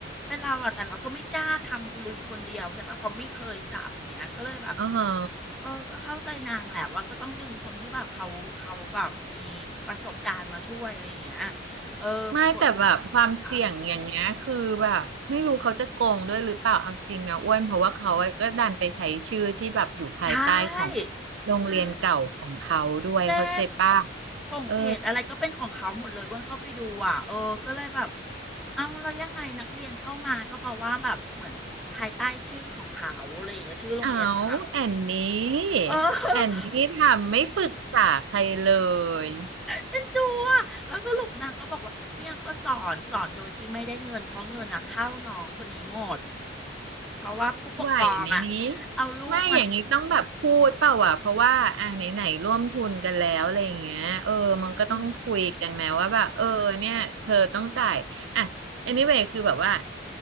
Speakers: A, in the centre; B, on the right.
A: เป็นเราอะแต่เราก็ไม่กล้าทำพลุยคนเดียวใช่ปะ เพราะไม่เคยจับเนี้ยก็เลยแบบ
B: อ่าฮะ
A: เออ ก็เข้าใจนางแหละว่าก็ต้องดึงคนที่แบบเขาเขาแบบมีประสบการณ์มาช่วยอะไรอย่างเงี้ยเออ
B: ไม่แต่แบบความเสี่ยงอย่างเงี้ยคือแบบไม่รู้เขาจะโกงด้วยหรือเปล่าเอาจริงนะอ้วนเพราะว่าเขาก็ดันไปใช้ชื่อที่แบบอยู่ภายใต้ของ
A: ปรากฏค่ะใช่
B: โรงเรียนเก่าของเขาด้วยเขาใจป้ะ
A: ใช่ เจ๊ผงเพจอะไรก็เป็นของเขาหมดเลยอ้วนเข้าไปดูอ่ะเออ
B: เออ
A: ก็เลยแบบเอาแล้วยังไงนักเรียนเข้ามาก็เพราะว่าแบบเหมือนภายใต้ชื่อของเขาอะไรอย่างเงี้ยชื่อโรงเรียนเขา
B: เอาแอนนี้แอนนี้ทำไม่ปรึกษาใครเล
A: เออ
B: ย
A: เอ็นดูอ่ะแล้วสรุปนางก็บอกว่าเนี่ยก็สอนสอนโดยที่ไม่ได้เงินเพราะเงินนะเข้าน้องคนนี้หมดเพราะว่าผู้ปกครองอ่ะ
B: ไหวไหมนี้
A: เอาลูกมา
B: ไม่อย่างนี้ต้องแบบพูดเปล่าวะเพราะว่าอ่าไหนไหนร่วมทุนกันแล้วอะไรอย่างเงี้ยเออมันก็ต้องคุยกันแม้ว่าแบบเออเนี่ยเธอต้องจ่ายอ่ะ
A: อืม
B: anyway คือแบบว่า